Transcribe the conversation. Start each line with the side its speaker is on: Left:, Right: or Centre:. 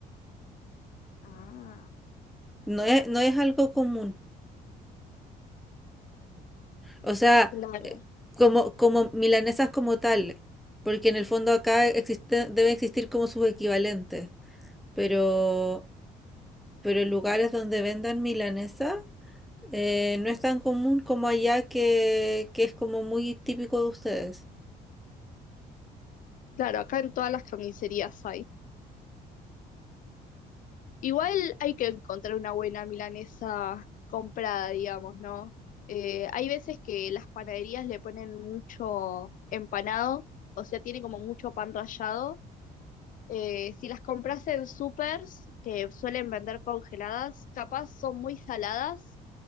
Left: Ah,
Centre: No es, no es algo común. O sea,
Left: claro.
Centre: como, como milanesas como tal, porque en el fondo acá existe, debe existir como sus equivalentes. Pero, pero en lugares donde vendan milanesa, eh, no es tan común como allá que, que es como muy típico de ustedes.
Left: Claro, acá en todas las carnicerías hay. Igual hay que encontrar una buena milanesa comprada, digamos, ¿no? Eh, hay veces que las panaderías le ponen mucho empanado, o sea, tiene como mucho pan rallado. Eh, si las compras en supers, que suelen vender congeladas, capaz son muy saladas,